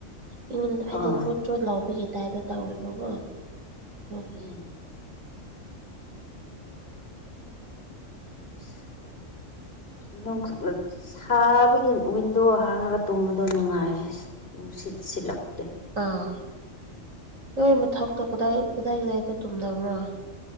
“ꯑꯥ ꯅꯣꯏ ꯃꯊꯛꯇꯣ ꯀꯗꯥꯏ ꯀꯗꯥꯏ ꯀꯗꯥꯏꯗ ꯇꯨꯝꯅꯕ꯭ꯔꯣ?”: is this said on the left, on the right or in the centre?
Right